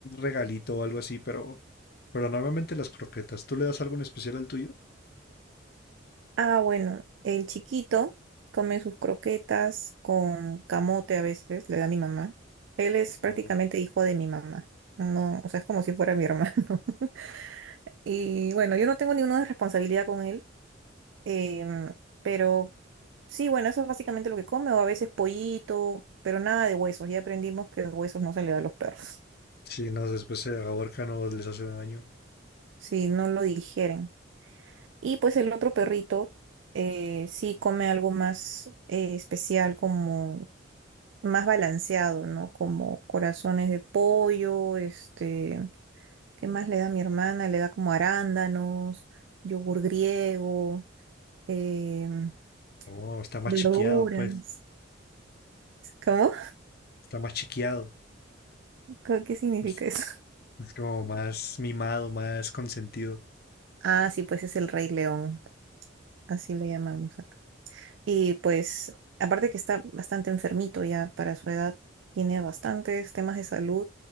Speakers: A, on the left; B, on the right.
A: regalito o algo así, pero, pero normalmente las croquetas. ¿Tú le das algo en especial al tuyo?
B: Ah, bueno, el chiquito come sus croquetas con camote a veces, le da mi mamá. Él es prácticamente
A: No.
B: hijo de mi mamá. No, o sea, es como si fuera mi hermano. <laughs> Y bueno, yo no tengo ninguna responsabilidad con él. Em, pero sí, bueno, eso es básicamente lo que come, o a veces pollito, pero nada de huesos. Ya aprendimos que huesos no se le da a los perros,
A: Sí, no, después se ahorcan o les hace daño.
B: si no lo digieren. Y pues el otro perrito eh, sí come algo más eh, especial, como más balanceado, ¿no? Como corazones de pollo, este, ¿qué más le da a mi hermana? Le da como arándanos, yogur griego, em,
A: Oh, está más
B: verduras.
A: chiqueado, pues.
B: ¿Cómo?
A: Está más chiqueado.
B: ¿Qué qué significa
A: Es,
B: eso?
A: es como más mimado, más consentido.
B: Ah, sí, pues es el Rey León, así le llamamos acá. Y pues, aparte que está bastante enfermito ya para su edad, tiene bastantes temas de salud,